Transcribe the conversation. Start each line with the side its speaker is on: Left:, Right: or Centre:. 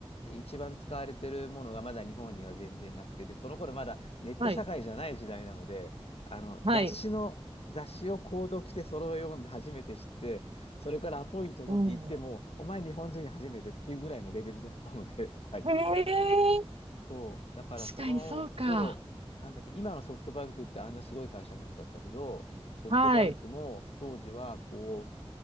Left: う、一番使われてるものがまだ日本には全然なくて、で、その頃まだネット社会じゃない時代なので、
Right: はい。
Left: あの、
Right: はい。
Left: 雑誌の、雑誌を購読してそれを読んで初めて知って、それからアポイントを取って行っても、
Right: お
Left: お前日本人初めてっていうぐらいのレベルだったので、<laughs> はい。
Right: ーへえ。
Left: そう。だからその頃、
Right: 確かにそうか。
Left: なんだっけ、今のソフトバンクってあんなすごい会社になっちゃったけど、ソフトバンクも当時はこ
Right: はい。